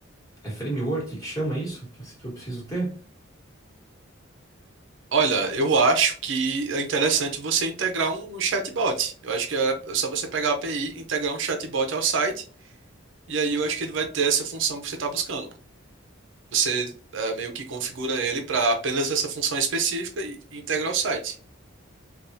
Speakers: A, on the left (about 15°); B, on the right (about 70°).
A: É framework que chama isso? Que, eu- que eu preciso ter?
B: Olha, eu acho que é interessante você integrar um, um chatbot. Eu acho que é é só você pegar a API, e integrar um chatbot ao site, e aí eu acho que ele vai ter essa função que você está buscando. Você é, meio que configura ele para apenas essa função específica e integra o site.